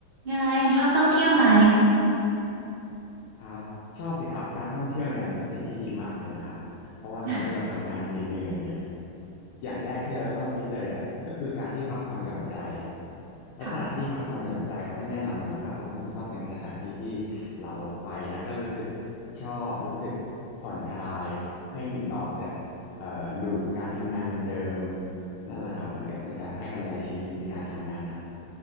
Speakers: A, on the right; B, on the left.
A: ไงชอบท่องเที่ยวไหม
B: ครับชอบสิครับการท่องเที่ยวเนี่ยมันเป็นสิ่งที่ดีมากเลยนะครับเพราะว่าตอนที่เราทำงานเหนื่อยๆเนี่ย
A: อ่ะ
B: อย่างแรกที่เราต้องคิดเลยอ่ะก็คือการที่พักผ่อนหย่อนใจและสถานที่พักผ่อนหย่อนใจมันก็แน่นอนอยู่แล้วครับก็คงจะต้องเป็นสถานที่ที่
A: ค่ะ
B: เราไปแล้วก็รู้สึกชอบรู้สึกผ่อนคลายให้หนีออกจากเอ่อลูปการทำงานเดิมๆนั่นแหละครับเหมือนกับเป็นการให้กำไรชีวิตในการทำงานหนัก